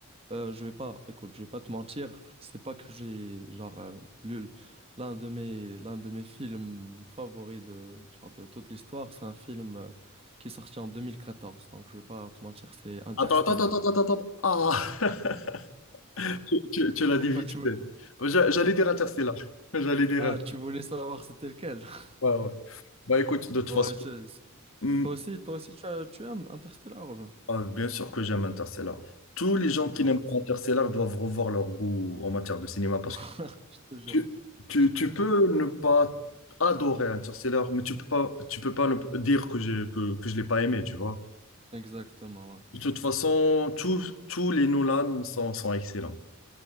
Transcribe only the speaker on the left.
attends, attends, attends, attends, attends. attends. Ah, <laughs> tu, tu- tu l'as dit
vite
fait. J'a- J'allais dire Interstellar. <laughs> J'allais dire.
Inter-
Ouais, ouais. Bah écoute, de toute
façon.
hmm,
Ah, bien sûr que j'aime Interstellar. Tous les gens qui
n'aiment pas Interstellar doivent revoir leur goût en matière de cinéma parce
que
tu, tu,
tu
peux
ne pas adorer Interstellar, mais tu peux pas, tu peux pas ne p- dire que je, que, que je l'ai pas aimé, tu vois.
De toute façon, tous, tous les Nolan sont, sont excellents.